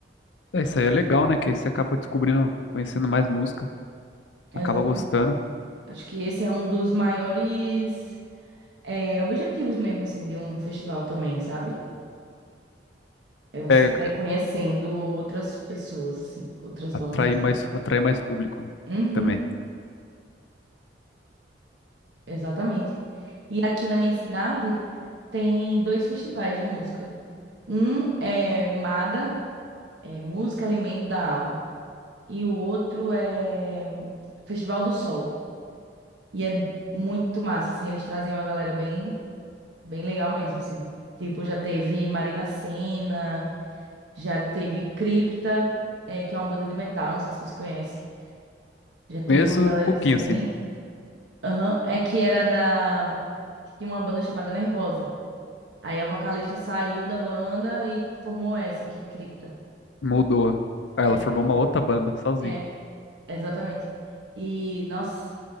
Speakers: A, on the left; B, on the right.
A: É, isso aí é legal, né? Que aí você acaba descobrindo, conhecendo mais música,
B: É,
A: acaba
B: Exatamente.
A: gostando.
B: Acho que esse é um dos maiores, é, objetivos mesmo, assim, de um festival também, sabe? É você
A: É,
B: sair conhecendo outras pessoas, assim, outras bandas.
A: atrai mais, atrai mais público, né?
B: Uhum,
A: Também.
B: exatamente. E aqui na minha cidade tem dois festivais de música. Um é MADA, é Música Alimento da Alma. E o outro é Festival do Sol. E é muito massa, assim, eles trazem uma galera bem, bem legal mesmo, assim. Tipo, já teve Marina Sena, já teve Cripta, é, que é uma banda de metal, não sei se você conhece. Já
A: Conheço
B: teve uma galera
A: um pouquinho,
B: assim bem.
A: assim.
B: Aham, é que era da. Tinha uma banda chamada Nervosa. Aí a vocalista saiu da banda e formou essa, que é Cripta.
A: mudou. Aí
B: É,
A: ela formou uma outra banda, sozinha.
B: é, exatamente. E, nossa.